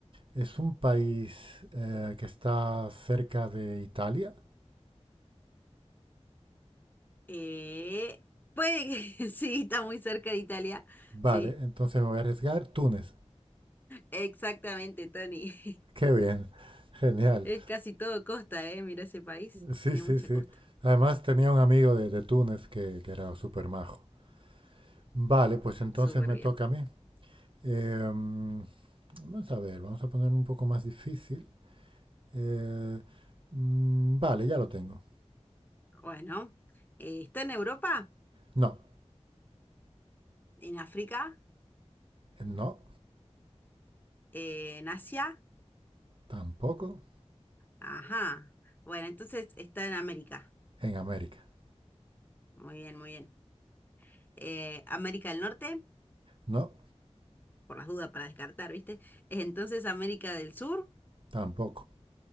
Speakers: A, on the right (about 50°); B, on the left (about 15°).
A: ¿es un país eh, que está cerca de Italia?
B: Eh, puede que <laughs> sí, está muy cerca de Italia.
A: Vale,
B: Sí,
A: entonces me voy a arriesgar Túnez.
B: exactamente, Tony. <laughs>
A: Qué bien, <laughs> genial.
B: Es casi todo costa, ¿eh? Mira ese país,
A: Sí,
B: tiene
A: sí,
B: mucha
A: sí.
B: costa.
A: Además tenía un amigo de, de Túnez que, que era súper majo. Vale, pues entonces
B: Súper
A: me
B: bien.
A: toca a mí. Em, vamos a ver, vamos a poner un poco más difícil. Eh, mm, vale, ya lo tengo.
B: Bueno, eh, ¿está en Europa?
A: No,
B: ¿En África?
A: no,
B: Eh, ¿en Asia?
A: tampoco
B: Ajá. Bueno, entonces está en América.
A: en América.
B: Muy bien, muy bien. Eh, América del Norte,
A: No,
B: por las dudas para descartar, ¿viste? Entonces América del Sur,
A: tampoco.